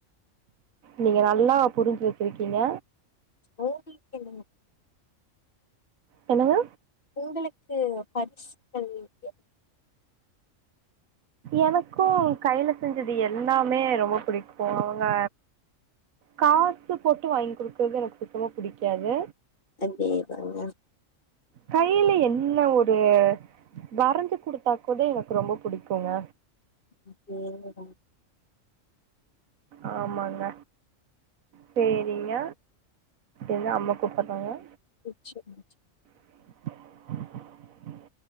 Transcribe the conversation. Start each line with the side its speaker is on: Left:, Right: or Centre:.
Right: நீங்க நல்லா புரிஞ்சு வச்சிருக்கீங்க
Left: ஓடி எண்ணனு
Right: ஹலோ
Left: உங்களுக்கு பரிசுகள் என்
Right: எனக்கும் கையில செஞ்சது எல்லாமே ரொம்ப பிடிகும் அவங்க கா போட்டு போட்டு வாங்கி கொடுக்கறது எனக்குப் ரொம்ப புடிக்காது
Left: அதே தாங்க
Right: கையில என்ன ஒரு வரைஞ்சு குடுத்தா கூட எனக்கு ரொம்ப புடிக்குங்க
Left: அதேதா
Right: ஆமாங்க செரிங்க என்ன அம்மா கூப்பறாங்கா
Left: ச்சு ச்சு
Right: <inaudible>